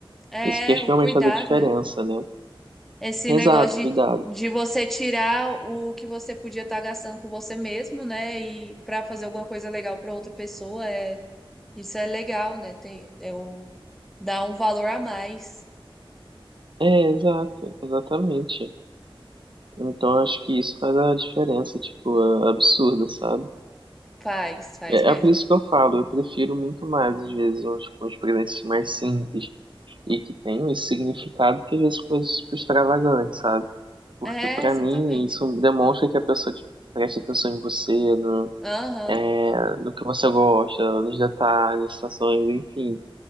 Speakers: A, in the centre; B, on the right.
A: É,
B: Isso que acho que
A: o
B: realmente
A: cuidado,
B: faz a diferença,
A: né?
B: né?
A: esse
B: Exato,
A: negócio
B: cuidado.
A: de, de você tirar o que você podia estar gastando com você mesmo, né? E para fazer alguma coisa legal para outra pessoa, é, isso é legal, né? Tem, é o- dá um valor a mais.
B: É, exato, exatamente. Então, acho que isso faz a diferença, tipo, absurda, sabe?
A: Faz, faz
B: É,
A: mesmo.
B: é por isso que eu falo, eu prefiro muito mais, às vezes, uns, uns presentes mais simples e que tem esse significado que às vezes coisas tipo, extravagantes, sabe? Porque
A: É,
B: pra
A: exatamente.
B: mim isso demonstra que a pessoa tipo, presta atenção em você, no,
A: Aham,
B: é, no que você gosta, nos detalhes, situações, enfim.